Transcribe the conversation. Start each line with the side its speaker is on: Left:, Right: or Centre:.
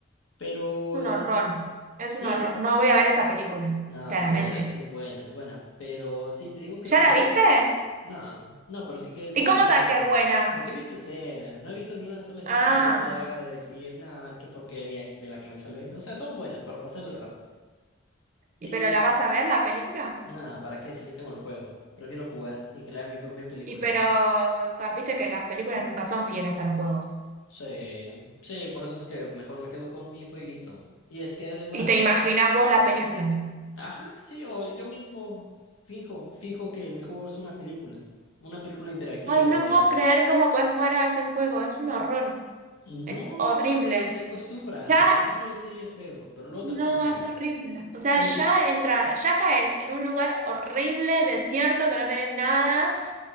Left: Pero
Right: Es un
Left: entonces
Right: horror, es
Left: sí,
Right: un horror. No voy a ver esa película,
Left: no,
Right: claramente.
Left: sí ve la que es buena, es buena, pero sí te digo que
Right: ¿Ya
Left: lo primero,
Right: la viste?
Left: no, no, pero sí que he visto
Right: ¿Y cómo
Left: escenas.
Right: sabes que es buena?
Left: ¿Por qué he visto escenas? No he visto ni una sola escena
Right: Ah,
Left: que yo te haga de decir, nada, qué porquería de la que me salvé. O sea, son buenas para pasar el rato.
Right: ¿y
Left: Y
Right: pero
Left: en-
Right: la vas a ver la película?
Left: Nada, ¿para qué? Si yo tengo el juego. Prefiero jugar y crear mi propia película.
Right: Y pero ca- viste que las películas nunca son fieles a los juegos.
Left: Sí, sí, por eso es que mejor me quedo con mi jueguito. Y es que además,
Right: ¿Y te imaginas vos la película?
Left: ajá, sí, o yo mismo finjo, finjo que mi juego es una película, una película interactiva
Right: Ay, no
Left: de...
Right: puedo creer cómo puedes jugar a ese juego, es un horror,
Left: No,
Right: es horrible.
Left: es que te acostumbras.
Right: Ya
Left: Al principio sí es feo, pero luego
Right: No,
Left: te acostumbras.
Right: es horrible. O sea,
Left: Mira,
Right: ya entra, ya caes en un lugar horrible, desierto, que no tenés nada,